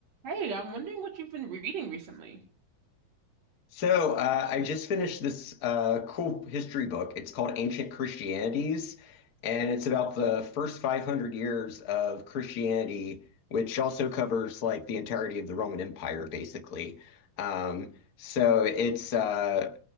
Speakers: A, on the right; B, on the left.
A: Hey, I'm wondering what you've been reading recently.
B: So, uh, I just finished this uh, cool history book. It's called Ancient Christianities, and it's about the first 500 years of Christianity, which also covers like the entirety of the Roman Empire, basically. Um, so it's uh,